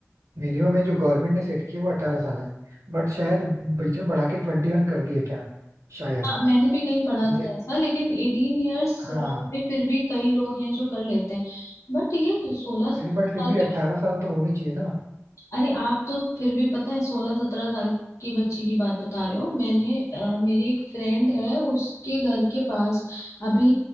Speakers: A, on the right; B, on the left.
A: मिनिमम है जो गवर्नमेंट ने सेट किया वो अठारह साल है बट शायद बीच में बढ़ा के ट्वेंटी वन कर दिया क्या शायद
B: हाँ मैंने भी कहीं पढ़ा
A: मुझे
B: था ऐसा लेकिन एटीन इयर्स
A: हाँ
B: में फिर भी कई लोग हैं जो कर लेते हैं बट ये
A: अरे
B: सोलह सत्रह
A: बट
B: साल
A: फिर भी
B: की
A: अट्ठारह साल तो होने चाहिए ना
B: अरे आप तो फिर भी पता है सोलह सत्रह साल की बच्ची की बात बता रहे हो मैंने अ, मेरी एक फ्रेंड है उसके घर के पास अभी